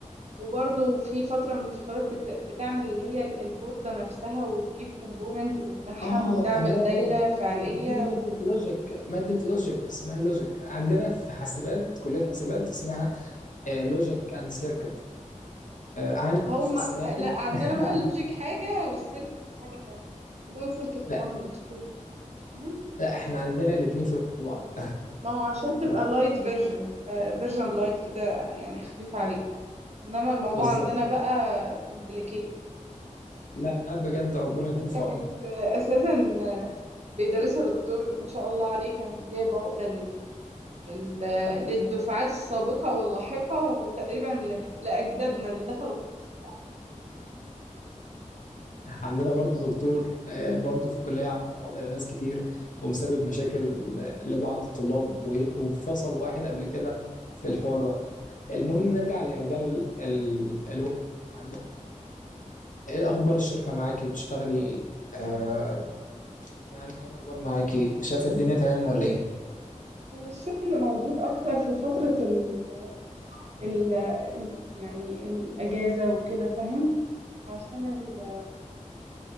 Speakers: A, on the right; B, on the left.
A: وبرضو في فترة من الفترات بت... بتعمل اللي هي ال- البوردة نفسها وتجيب كومبوننت وتلحم
B: اه
A: وتعمل
B: تمام
A: دايرة فعلية
B: دي مادة لوجيك مادة لوجيك اسمها لوجيك عندنا في حاسبات كلية حاسبات اسمها لوجيك اند سيركت عندي
A: هم
B: لسه السنة
A: لا
B: دي
A: عندنا
B: <laughs>
A: بقى اللوجيك حاجة والسيركت حاجة تانية عندنا سيركت
B: لا
A: 1 و 2 فاهم
B: لا احنا عندنا الاتنين في بعض
A: ما هو عشان تبقى
B: <laughs>
A: لايت فيرجن تبقى فيرجن لايت كده يعني خفيف عليكم انما الموضوع
B: بالظبط
A: عندنا بقى complicated
B: لا بجد ربنا يكون
A: دي
B: في
A: كانت
B: عونكم
A: آه، اساسا آه، بيدرسها دكتور ما شاء الله عليه كان جايب عقده لل... لل... آه، للدفعات السابقه واللاحقه وتقريبا ل... لاجدادنا اللي دخلوا القسم
B: عندنا برضو دكتور آه، برضو في الكلية عامل عقدة لناس كتير ومسبب مشاكل آه، لبعض الطلاب و- وفصل واحد قبل كده في الحوار ده المهم نرجع لمجال ال- الوضع عندنا ايه اخبار الشركة معاكي بتشتغلي آه في الشركة يعني ايه الاخبار معاكي شايفة الدنيا تمام ولا ايه
A: هو الشغل موجود اكتر في فترة ال ال ال- يعني الاجازة وكده فاهم عشان ال